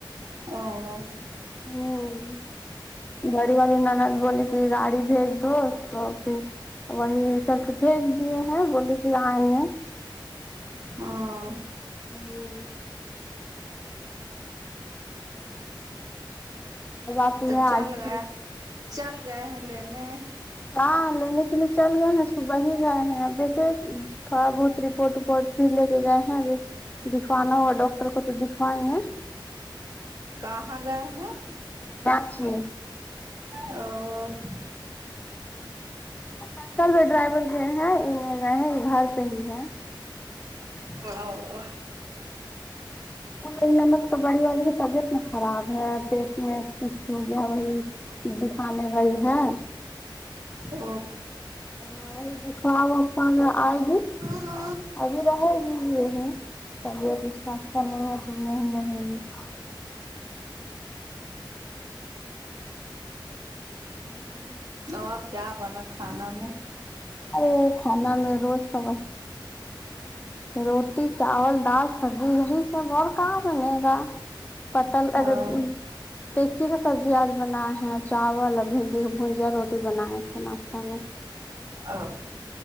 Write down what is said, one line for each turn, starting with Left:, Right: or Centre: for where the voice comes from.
Right: <unintelligible>
Left: ہمم بڑی والی ننند بول کہ گاڑی بھیج دو تو پھر وہی چل کے بھیج دیے ہیں بولے کہ آئی ہیں
Right: ہاں
Left: ہوں اب آتی
Right: تو
Left: ہے
Right: چل
Left: آج
Right: گئے
Left: کی
Right: چل گئے ہیں لینے
Left: ہاں لینے کے لیے چل گئے ہیں صبح ہی گئے ہیں اب دیکھے تھوڑا بہت رپورٹ وپورٹ بھی لے کے گئے ہیں دکھوانا ہا ڈاکٹر ٹر کو بھی دکھائے ہے
Right: کہاں گئے ہیں
Left: <unintelligible>
Right: اور
Left: شنکر بھی ڈرائیور کے ہیں یہ گئے ہے یہ گھر پہ ہی ہے
Right: ا
Left: ہمم تو بڑی والے والے کی تبیت نہ خراب ہے پیٹ میں سسٹ ہو گیا ہے وہی دکھانے گئی ہے
Right: ا
Left: ہاں وہائی دکھوا سا آئے گی
Right: ہاں
Left: ابھی رہے ہی یہ تبیعت اس کا اچھا نہیں ہے <unintelligible> ہم سب
Right: اور کیا بنا کھانا میں
Left: ارے کھانا میں روز کا روٹی چاول دال سبزی یہی سب اور کا بنے گا <unintelligible>
Right: ہاں
Left: چی کی سبزی آج بناائے ہیں اور چاول اور بھنڈی بجیا روٹی بنائے تھے ناشتہ میں
Right: ا